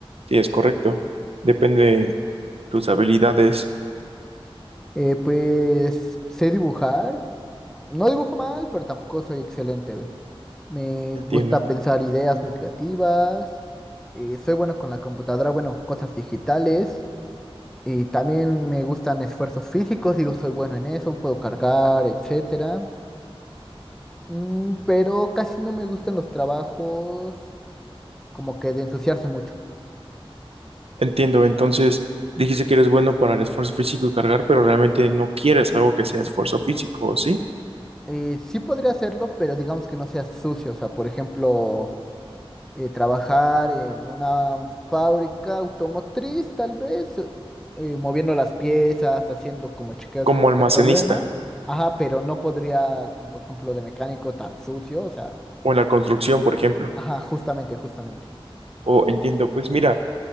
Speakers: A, on the right; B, in the centre.
A: sí, es correcto. Depende de tus habilidades.
B: Eh, pues sé dibujar. No dibujo mal, pero tampoco soy excelente. Me
A: Entiendo.
B: gusta pensar ideas muy creativas. eh, soy bueno con la computadora, bueno, cosas digitales. Y también me gustan esfuerzos físicos, digo, soy bueno en eso, puedo cargar, etcétera. Mm, pero casi no me gustan los trabajos como que de ensuciarse mucho.
A: Entiendo. Entonces, dijiste que eres bueno para el esfuerzo físico y cargar, pero realmente no quieres algo que sea esfuerzo físico, ¿sí?
B: Eh, sí podría hacerlo, pero digamos que no sea sucio. O sea, por ejemplo, eh, trabajar en una fábrica automotriz, tal vez, o- eh, moviendo las piezas, haciendo como el chequeo,
A: Como
B: todo esto
A: almacenista
B: no hay problema. Ajá, pero no podría, como por ejemplo de mecánico tan sucio, o sea,
A: o en la construcción, por ejemplo.
B: ajá, justamente, justamente.
A: O entiendo, pues mira.